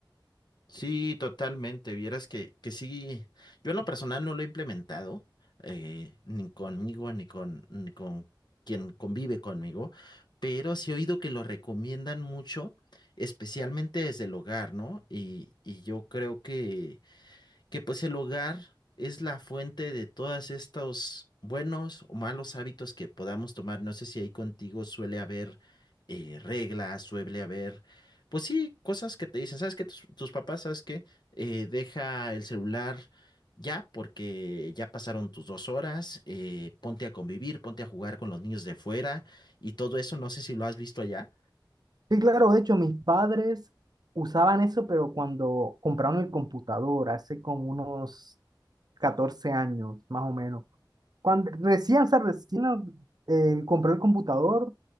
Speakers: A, on the left; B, on the right.
A: Sí, totalmente. Vieras que, que sí, yo en lo personal no lo he implementado, eh, ni conmigo, ni con, ni con quien convive conmigo, pero sí he oído que lo recomiendan mucho, especialmente desde el hogar, ¿no? Y, y yo creo que que pues el hogar es la fuente de todos estos buenos o malos hábitos que podamos tomar. No sé si ahí contigo suele haber eh, reglas, suele haber, pues sí, cosas que te dicen, ¿sabes qué? Tus, tus papás, ¿sabes qué? Eh, deja el celular. Ya, porque ya pasaron tus dos horas, eh, ponte a convivir, ponte a jugar con los niños de fuera y todo eso, no sé si lo has visto allá.
B: Sí, claro, de hecho, mis padres usaban eso, pero cuando compraron el computador, hace como unos 14 años, más o menos. Cuando recién, o sea, recién eh, compré el computador